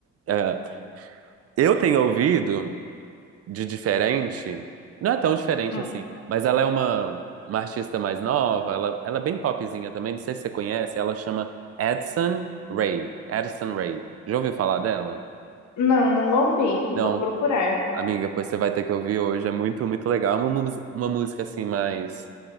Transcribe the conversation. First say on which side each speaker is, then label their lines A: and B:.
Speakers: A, on the right; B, on the left.
A: É, eu tenho ouvido de diferente, não é tão diferente
B: Hum,
A: assim, mas ela é uma, uma artista mais nova, ela, ela é bem popzinha também, não sei se você conhece, ela chama Addison Rae. Addison Rae. Já ouviu falar dela?
B: Não, não ouvi.
A: Não.
B: Vou procurar.
A: Amiga, pois você vai ter que ouvir hoje. É muito, muito legal. É uma, mus- uma música assim mais,